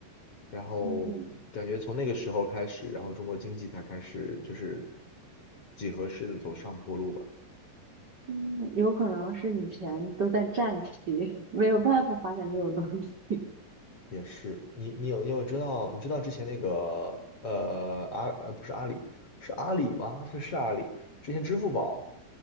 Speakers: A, on the left; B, on the right.
A: 然后感觉从那个时候开始，
B: 嗯，
A: 然后中国经济才开始就是几何式的走上坡路吧。
B: 嗯，有可能是以前都在战旗，<laughs> 没有办法发展这种东西。
A: 也是，你你有你有知道你知道之前那个呃阿呃不是阿里是阿里吗？是是阿里，之前支付宝